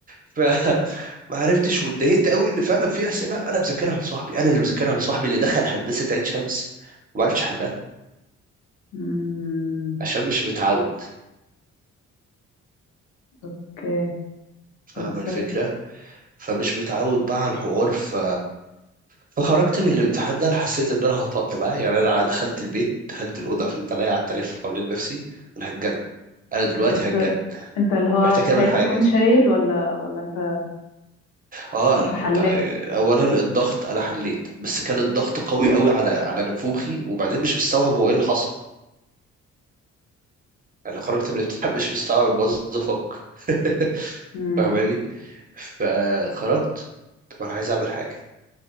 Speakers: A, on the right; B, on the left.
A: فما <laughs> عرفتش واتضايقت قوي ان فعلا في اسئله انا مذاكرها لصاحبي انا اللي مذاكرها لصاحبي اللي دخل هندسه عين شمس وما عرفتش احلها
B: مم.
A: عشان مش متعود
B: اوكي
A: فاهم
B: مأساة
A: الفكرة فمش متعود بقى على الحوار ف فخرجت من الامتحان ده انا حسيت ان انا هطق بقى يعني انا دخلت البيت دخلت الاوضه قفلت عليا قعدت الف حوالين نفسي انا هتجنن انا دلوقتي
B: بس
A: هتجنن
B: انت اللي هو
A: محتاج
B: خايف
A: اعمل حاجه
B: تكون شايل ولا ولا انت
A: اه
B: ولا
A: انا
B: انت
A: كنت
B: حليت
A: اولا الضغط انا حليت بس كان الضغط قوي قوي على على نفوخي وبعدين مش مستوعب هو ايه اللي حصل انا خرجت من الامتحان <laughs> مش مستوعب باظ افكر <laughs>
B: امم
A: فاهماني فخرجت طب انا عايز اعمل حاجه